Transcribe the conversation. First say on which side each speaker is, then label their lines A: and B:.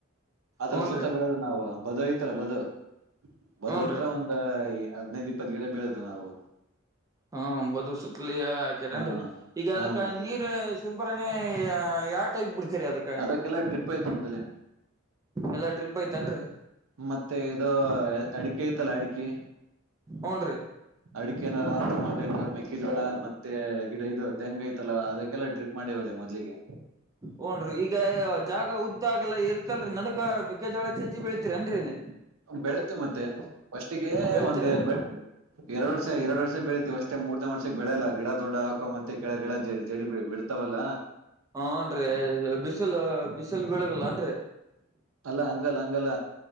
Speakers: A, on the right (about 85°); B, on the right (about 15°).
A: ಅದ್ರ
B: ಹೂನ್ರಿ
A: ಸುತ್ತ ಬಳ ನಾವು ಬದ್ ಐತಲ್ಲ ಬದ <inaudible> ಬದ್ತ್ರ
B: ಹೂನ್ರಿ
A: ಒಂದ ಅಯ ಹದನೈದ ಇಪ್ಪತ್ ಗಡೆ ಬೆಳ್ದ ನಾವು
B: ಹ್ಮ ಬದು ಸುತ್ತಲಿಯ.
A: ಹಾ
B: ಏನ್ರಿ ಈಗ
A: ಹಾ
B: ಅದಕ್ಕ
A: ಮತ್ತೆ
B: ನೀರ್ ಶುಂಭರಣೆ ಯಾವ ಟೈಪ್ ಬಿಡ್ತೀರಿ ಅದಕ್ಕ.
A: ಅದಕ್ಕೆಲ್ಲ ಟ್ರಿಪ್ ಆಯ್ತ ಅಮ್ದಲ್ಲಿ
B: ಎಲ್ಲಾ ಟ್ರಿಪ್ ಐತನ್ರಿ.
A: ಮತ್ತೆ ಇದು ಅಡಿಕೆ ಐತಲ್ಲ ಅಡಿಕೆ.
B: ಹ್ನ್ ರೀ
A: ಅಡಿಕೆನ ಮೆಕ್ಕೆಜೋಳ ಮತ್ತೆ ಗಿಡ ಇದು ತೆಂಗ ಐತಲ್ಲ ಅದಕ್ಕೆಲ್ಲಾ ಡ್ರಿಪ್. ಮಾಡೇವರ ಮೊದ್ಲಿಗೆ.
B: ಹಓನ್ರಿ ಈಗ ಜಾಗ ಉದ್ದಾ ಹಗಲ್ಲಾ ಇರ್ತಲ್ರರಿ ನಡ್ಕಬೇಕ. ಮೆಕ್ಕೆಜೋಳ ಜಜ್ಜಿ ಬೆಳಳ್ತಿರ ಅನ್ರಿ ಇಲ್ಲಿ.
A: ಬೆಳಿತೇವಿ ಮತ್ತೆ <inaudible> ಫಸ್ಟ್ಗೆ
B: ಬೆಳಿತೀರೇನ್ರಿ
A: ಒಂದೇ ಬೇ ಎರಡ್ ವರ್ಷ ಎರಡ್ ವರ್ಷ ಬೆಳಿತಿವಿ ಅಷ್ಟೇ ಮೂರ್ನೇ ವರ್ಷಕ್ಕ ಬೆಳೆಲ್ಲ ಗಿಡ ದೊಡ್ಡ ಆಕ ಮತ್ತೆ ಕೆಳ ಜಡಿ ಬಿಡ್ ತವಲ್ಲ
B: ಹನ್ರೀ ಬಿಸಿಲ ಬಿಸಿಲ ಬೆಳಗಲ್ಲ ಅನ್ರಿ.
A: ಅಲ್ಲ ಹಂಗಲ್ಲ ಹಂಗಲ್ಲ